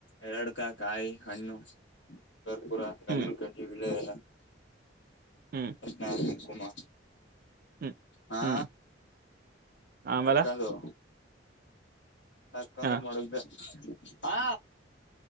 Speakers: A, on the left; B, on the right.
A: ಎರಡ್ಕ ಕಾಯಿ ಹಣ್ಣು ಕರ್ಪೂರ ಗಂಜನಕಡ್ಡಿ
B: ಹ್ಮ್
A: ವಿಳೆ ಎಲ್ಲ
B: ಹ್ಮ್
A: ಹ ಷ್ಟ ಅಮ್ಮ
B: ಹ್ಮ್
A: ಹಾ
B: ಹ್ಮ್ ಆಮೇಲೆ
A: ಸಾಕಂತು ತಕ್ಕಂದ
B: ಹ
A: ಮೊಗ್್ದ ಹಾ